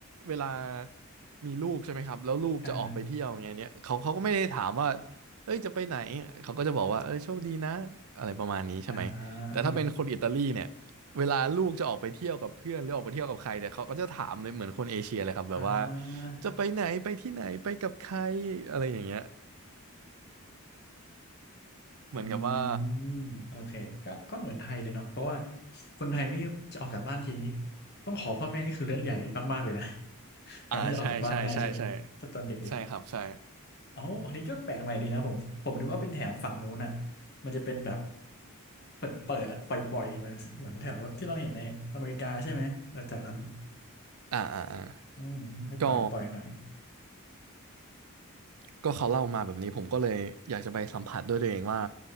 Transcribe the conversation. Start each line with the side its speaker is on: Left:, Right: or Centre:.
Right: เวลามีลูกใช่ไหมครับแล้วลูกจะออกไปเที่ยวอย่างเงี้ยเนี่ยเขาเขาก็ไม่ได้ถามว่า
Left: อ่าฮะ
Right: เอ้ยจะไปไหนเขาก็จะบอกว่าเอ้ยโชคดีนะอะไรประมาณนี้ใช่ไหมแต่ถ้าเป็นคนอิตาลีเนี่ย
Left: อ่าฮึ
Right: เวลาลูกจะออกไปเที่ยวกับเพื่อนหรือออกไปเที่ยวกับใครเนี่ยเขาก็จะถามเลยเหมือนคนเอเชียเลยครับแบบว่า
Left: อ่า
Right: จะไปไหนไปที่ไหนไปกับใครอะไรอย่างเงี้ย เหมือนกับว่า
Left: อืมโอเคก็ก็เหมือนไทยเลยเนาะเพราะว่าคนไทยนี่จะออกจากบ้านทีนี้ต้องขอพ่อแม่นี่คือเรื่องใหญ่มากๆเลยนะ <laughs> การที่จะออกจากบ้านได้ใช่ไหมถ้าตอนเด็กๆอ่ะ
Right: อ่าใช่ใช่ใช่ใช่ใช่ครับ ใช่
Left: อ๋ออันนี้ก็แปลกใหม่ดีนะผมผมนึกว่าเป็นแถบฝั่งนู้นอ่ะมันจะเป็นแบบเปิดเปิดอ่ะปล่อยๆเหมือนเหมือนแถวแบบที่เราเห็นในอเมริกาใช่ไหมเออแถวนั้น
Right: อ่าอ่าอ่า
Left: อืมไม่ปล่อยปล่อยหน่อย
Right: ก็ก็เขาเล่ามาแบบนี้ ผมก็เลยอยากจะไปสัมผัสด้วยตัวเองว่า